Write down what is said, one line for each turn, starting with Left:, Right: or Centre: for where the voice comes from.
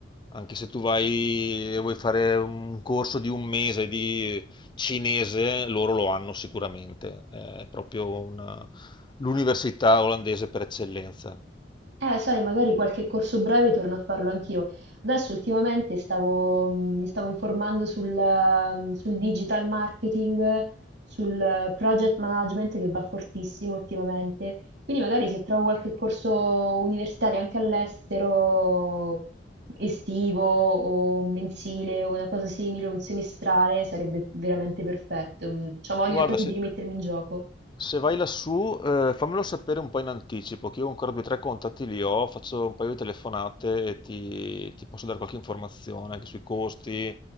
Left: Anche se tu vai e vuoi fare un corso di un mese di cinese, loro lo hanno sicuramente, è proprio una- l'università olandese per eccellenza.
Right: Eh, sai, magari qualche corso breve torno a farlo anch'io. Adesso ultimamente stavo, mi stavo informando sul, ehm, sul digital marketing, sul eh, project management che va fortissimo ultimamente. Quindi magari se trovo qualche corso universitario anche all'estero, estivo o mensile o una cosa simile, un semestrale, sarebbe veramente perfetto. Ho voglia
Left: Guarda,
Right: proprio
Left: se,
Right: di rimettermi in gioco,
Left: se vai lassù, eh, fammelo sapere un po' in anticipo, che io ancora due o tre contatti li ho, faccio un paio di telefonate e ti, ti posso dare qualche informazione anche sui costi,